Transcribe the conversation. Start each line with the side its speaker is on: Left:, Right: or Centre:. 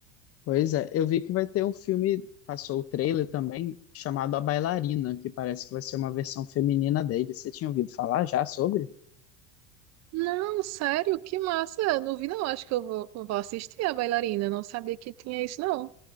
Left: pois é. Eu vi que vai ter um filme, passou o trailer também, chamado A Bailarina, que parece que vai ser uma versão feminina dele. Você tinha ouvido falar já sobre?
Right: Não, sério, que massa, eu não vi não, acho que eu vou, eu vou assistir a bailarina, Eu não sabia que tinha isso não.